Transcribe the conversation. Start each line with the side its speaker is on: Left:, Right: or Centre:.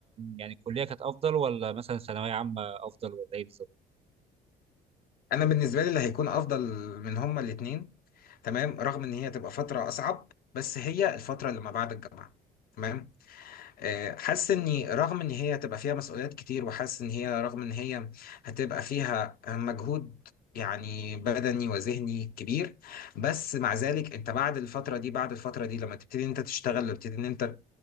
Right: يعني الكليه كانت افضل ولا مثلا ثانويه عامه افضل ولا ايه بالظبط
Left: انا بالنسبه لي اللي هيكون افضل من هما الاثنين تمام رغم ان هي تبقى فتره اصعب بس هي الفتره اللي ما بعد الجامعه تمام آه، حاسس اني رغم ان هي هتبقى فيها مسؤوليات كتير وحاسس ان هي رغم ان هي هتبقى فيها مجهود يعني بدني وذهني كبير بس مع ذلك انت بعد الفترة دي بعد الفترة دي لما تبتدي انت تشتغل وتبتدي ان انت